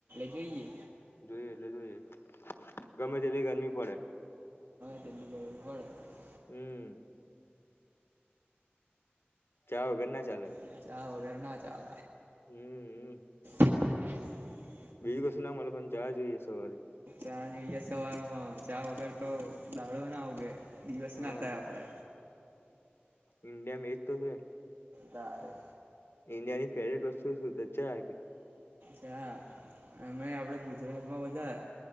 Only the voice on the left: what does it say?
જોઈએ એટલે જોઈએ ગમે તેલી ગરમી પડે
હમ. ચા વગર ના ચાલે
હમ હમ.
બીજી કસુ ના મળે પણ ચા જોઈએ સવારે
હા
ઇન્ડિયામ એજ તો છે
ઇન્ડિયા ની ફેવરટ વસ્તુ શું છે આ